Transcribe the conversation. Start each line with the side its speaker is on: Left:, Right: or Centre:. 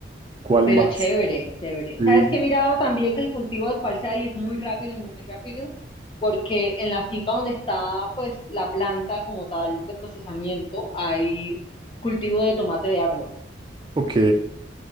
Right: ¿Cuál
Left: Pero
Right: más?
Left: chévere, chévere.
Right: Sí.
Left: ¿Sabes qué he mirado también que el cultivo de cualza y es muy rápido, muy rápido? Porque en la finca donde está pues la planta como tal de procesamiento hay cultivo de tomate de árbol.
Right: Ok,